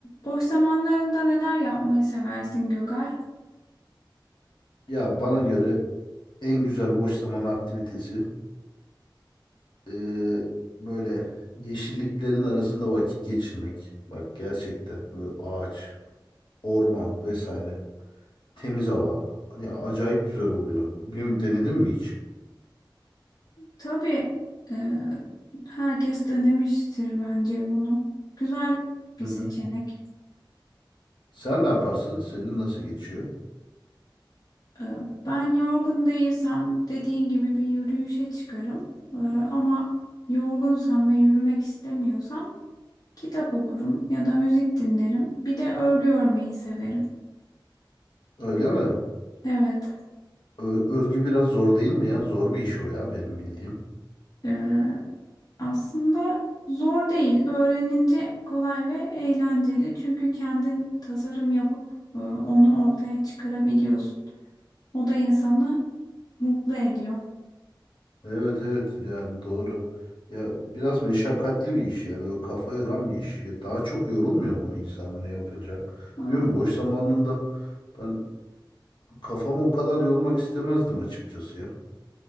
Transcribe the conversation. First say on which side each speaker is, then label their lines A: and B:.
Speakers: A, on the left (about 50°); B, on the left (about 70°).
A: Boş zamanlarında neler yapmayı seversin Gökay?
B: Ya bana göre en güzel boş zaman aktivitesi eee, böyle yeşilliklerin arasında vakit geçirmek. Bak gerçekten böyle ağaç, orman vesaire, temiz hava. Ya acayip güzel oluyor. Bilmiyorum denedin mi hiç?
A: Tabii e, herkes denemiştir bence bunu. Güzel
B: Hı
A: bir
B: hı.
A: seçenek.
B: Sen ne yaparsın? Senin nasıl geçiyor?
A: E, ben yorgun değilsem dediğin gibi bir yürüyüşe çıkarım. E, ama yorgunsam ve yürümek istemiyorsam kitap okurum ya da müzik dinlerim. Bir de örgü örmeyi severim.
B: Öyle mi?
A: Evet.
B: Ö- örgü biraz zor değil mi ya? Zor bir iş o ya benim bildiğim.
A: e, Aslında zor değil. Öğrenince kolay ve eğlenceli. Çünkü kendin tasarım yapıp e, onu ortaya çıkarabiliyorsun. O da insanı mutlu ediyor.
B: Evet evet yani doğru. Ya biraz meşakkatli bir iş ya böyle kafa yoran bir iş. Ya daha çok yorulmuyor mu insan bunu yapınca?
A: E,
B: Bilmiyorum boş zamanında ben kafamı o kadar yormak istemezdim açıkçası ya.